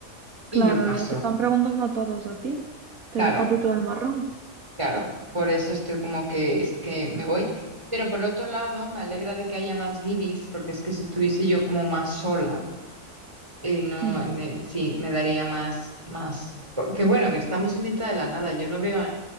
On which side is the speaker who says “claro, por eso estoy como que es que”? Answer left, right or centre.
Right